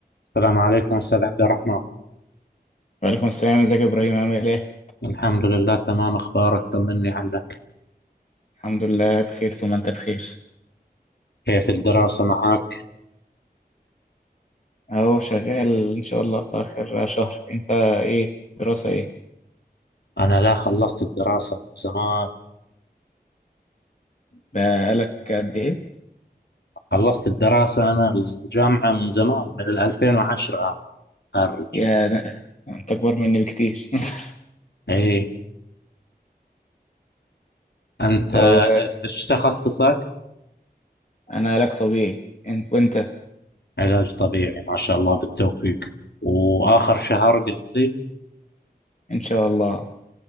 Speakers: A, on the left (about 80°); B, on the left (about 45°).
A: السلام عليكم أستاذ عبد الرحمن
B: وعليكم السلام ازيك يا ابراهيم عامل ايه
A: الحمد لله تمام أخبارك طمني عنك
B: الحمد لله بخير ثم انت بخير
A: كيف الدراسة معك؟
B: اهو شغال ان شاء الله اخر شهر انت ايه دراسة ايه
A: أنا لا خلصت الدراسة من زمان
B: بقالك قد ايه
A: خلصت الدراسة أنا الجامعة من زمان من 2010 أنا خارج
B: يا ده- انت اكبر مني بكتير <laughs>
A: إيه أنت
B: طب
A: إيش تخصصك؟
B: انا علاج طبيعي انت وانت
A: علاج طبيعي ما شاء الله بالتوفيق وآخر شهر قلت لي
B: ان شاء الله